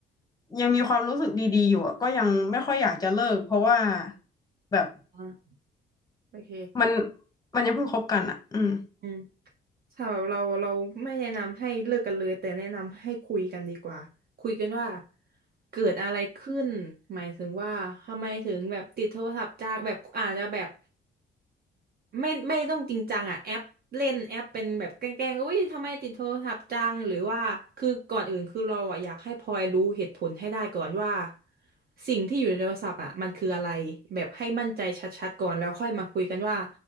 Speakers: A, on the left; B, on the right.
A: ยังมีความรู้สึกดีๆอยู่อ่ะก็ยังไม่ค่อยอยากจะเลิกเพราะว่าแบบ
B: อ่ะโอเค
A: มันมันยังเพิ่งคบกันอ่ะอืม
B: อืม สำหรับเราเราไม่แนะนำให้เลิกกันเลยแต่แนะนำให้คุยกันดีกว่าคุยกันว่าเกิดอะไรขึ้นหมายถึงว่าทำไมถึงแบบติดโทรศัพท์จากแบบอาจจะแบบ ไม่ไม่ต้องจริงจังอ่ะแอปเล่นแอปเป็นแบบแกล้งๆอุ้ยทำไมติดโทรศัพท์จังหรือว่าคือก่อนอื่นคือเราอ่ะอยากให้พลอยรู้เหตุผลให้ได้ก่อนว่าสิ่งที่อยู่ในโทรศัพท์อ่ะมันคืออะไรแบบให้มั่นใจชัดๆก่อนแล้วค่อยมาคุยกันว่า